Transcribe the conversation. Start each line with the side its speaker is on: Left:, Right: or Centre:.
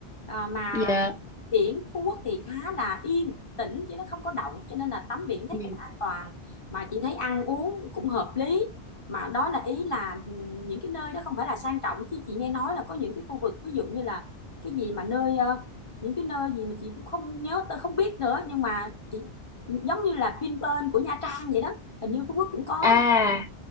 Left: à, mà
Centre: dạ
Left: biển Phú Quốc thì khá là yên tĩnh chứ nó không có động cho nên là tắm biển thấy
Centre: dạ.
Left: cũng an toàn mà chị thấy ăn uống cũng hợp lý mà đó là ý là ừ, những cái nơi đó không phải là sang trọng chứ chị nghe nói là có những cái khu vực ví dụ như là cái gì mà nơi ờ, những cái nơi gì mà chị cũng không nhớ tôi không biết nữa nhưng mà chị giống như là Vinpearl của Nha Trang vậy đó hình như Phú Quốc cũng có
Centre: à